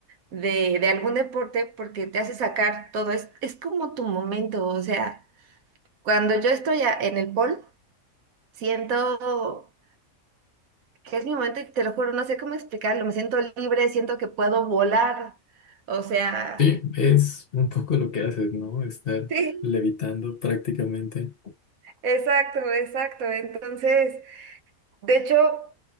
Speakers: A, on the right; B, on the left.
A: de, de algún deporte porque te hace sacar todo, es, es como tu momento, o sea, cuando yo estoy a- en el polo, siento que es mi momento y te lo juro, no sé cómo explicarlo, me siento libre, siento que puedo volar, o sea,
B: Sí, es un poco lo que haces, ¿no? Estar
A: sí,
B: levitando prácticamente.
A: exacto, exacto, entonces... De hecho,